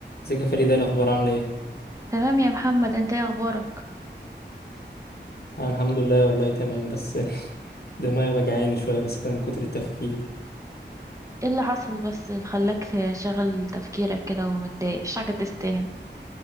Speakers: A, on the left; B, on the right.
A: ازيك يا فريدة ايه الاخبار عامله ايه
B: تمام يا محمد انت ايه اخبارك
A: انا الحمد لله والله تمام بس <laughs> دماغي وجعاني شويه بس كده من كتر التفكير
B: ايه اللي حصل بس اللي خلاك شغل تفكيرك كده ومتضايق مش حاجة تستاهل